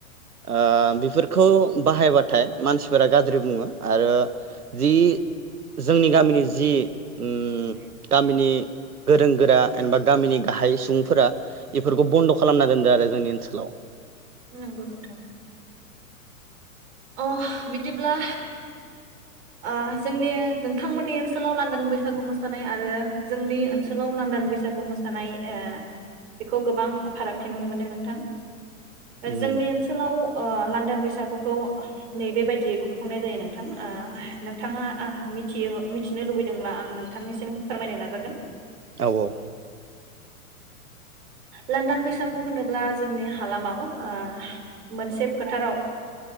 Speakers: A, on the right; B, on the right.
A: ओ बेफोरखौ बाहायबाथाय मानसिफोरा गाज्रि बुङो आरो जि जोंनि गामिनि जि ओम गामिनि गोरों गोरा एबा गामिनि गाहाय सुबुंफोरा बेफोरखौ बन्द' खालामना दोन्दों आरो जोंनि ओनसोलाव।
B: नोंगौ नोंथा। अ बिदिब्ला आ जोंनि नोंथांमोननि ओनसोलाव लांदां बैसागु मोसानाय आरो जोंनि ओनसोलाव लांदां बैसागु मोसानाय ओ बेखौ गोबां फारागथि नुनो मोनदों नोंथां।
A: उम
B: जोंनि ओनसोलाव अ लान्दां बैसाग बिसागुखौ नैबेबायदियै खुंफुंनाय जायो नोंथां ओ नोंथाङा मिथियो मिथिनो लुबैदोंब्ला आं नोंथांनिसिम फोरमायनो नाजागोन।
A: औ औ।
B: लांन्दां बैसागु होनोब्ला जोंनि हालामाव ओ मोनसे फोथाराव